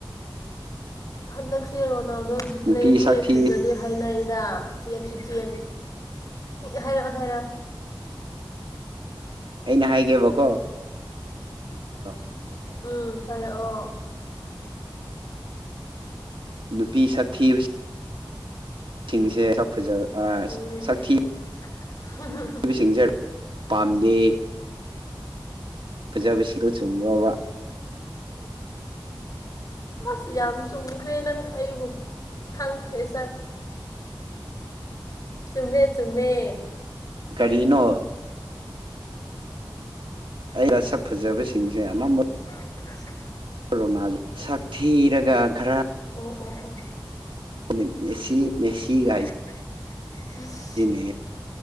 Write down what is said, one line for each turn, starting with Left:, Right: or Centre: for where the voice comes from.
Left: ꯍꯟꯗꯛꯁꯦ ꯔꯣꯅꯥꯜꯗꯣ ꯗꯤꯄ꯭ꯂꯦꯁꯦ
Right: ꯅꯨꯄꯤ ꯁꯛꯊꯤꯕꯁꯤꯡ
Left: ꯐꯖꯗꯦ ꯍꯥꯏꯅꯩꯗ ꯆꯦꯟꯁꯨ ꯆꯦꯟ ꯍꯥꯏꯔ ꯍꯥꯏꯔꯣ
Right: ꯑꯩꯅ ꯍꯥꯏꯒꯦꯕꯀꯣ ꯑ
Left: ꯎꯝ ꯍꯥꯏꯔꯛꯑꯣ
Right: ꯅꯨꯄꯤ ꯁꯥꯛꯊꯤꯕ ꯁꯤꯡꯁꯦ ꯁꯛ ꯐꯖ
Left: ꯎꯝ
Right: ꯁꯛꯊꯤ
Left: ꯍꯥꯏꯔꯛꯑꯣ ꯎꯝ
Right: ꯃꯤꯑꯣꯕꯁꯤꯡꯁꯦ ꯄꯥꯝꯗꯦ ꯐꯖꯕꯁꯤꯗꯣ ꯆꯨꯝꯕ꯭ꯔꯕ
Left: ꯑꯁ ꯌꯥꯝ ꯆꯨꯝꯈ꯭ꯔꯦ ꯅꯪ ꯑꯩꯕꯨ ꯈꯪꯈ꯭ꯔꯦ ꯁꯛ ꯆꯨꯝꯃꯦ ꯆꯨꯝꯃꯦ
Right: ꯀꯔꯤꯅꯣ ꯑꯩꯅ ꯁꯛ ꯐꯖꯕꯁꯤꯡꯁꯦ ꯑꯅꯝꯕ
Left: ꯑꯗꯨ ꯁ
Right: ꯣꯅꯥꯜ ꯁꯥꯛꯊꯤꯔꯒ ꯈꯔ
Left: ꯑꯣ ꯑꯣ ꯑꯣ
Right: ꯃꯦꯁꯤ ꯃꯦꯁꯤꯤ ꯥꯏꯁꯤ
Left: ꯑꯁ
Right: ꯏꯅꯦ